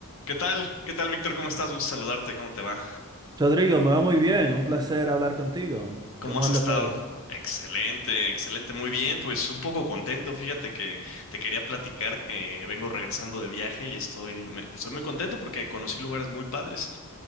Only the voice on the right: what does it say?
Rodrigo, me va muy bien, un placer hablar contigo.
¿Cómo
anda
todo?